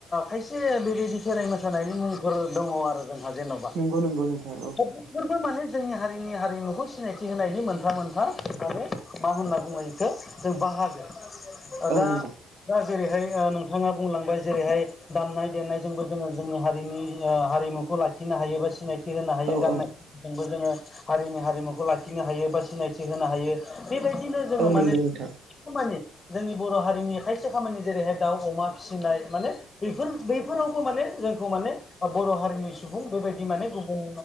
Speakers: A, on the left; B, on the right.
A: खायसे बेबायदि खेराय मोसानायनि मुंफोर दङ आरो जोंहा जेन'बा
B: नंगौ नंगौ नोंथां औ
A: दा बेफोरबो माने जोंनि हारिनि हारिमुखौ सिनायथि होनायनि मोनफा मोनफा माने मा होनना बुङो बेखौ जों बाहागो ओ
B: औ
A: दा
B: नंगौ
A: दा जेरैहाय नोंथाङा बुंलांबाय जेरैहाय दामनाय देनायजोंबो जोङो जोंनि हारिनि हारिमुखौ खौ लाखिनो हायो बा सिनायथि होनो हायो
B: औ
A: गाननाय
B: औ
A: जोंबो जोङो हारिनि हारिमुखौ लाखिनो हायो बा सिनायथि होनो हायो बेबायदिनो जोङो
B: औ
A: माने
B: नंगौ नोंथां
A: खामानि जोंनि बर' हारिनि खायसे खामानि जेरैहाय दाउ अमा फिसिनाय माने बेफोर बैफोरावबो माने जोंखौ माने बर' हारिनि सुबुं बेबायदि माने गुबुन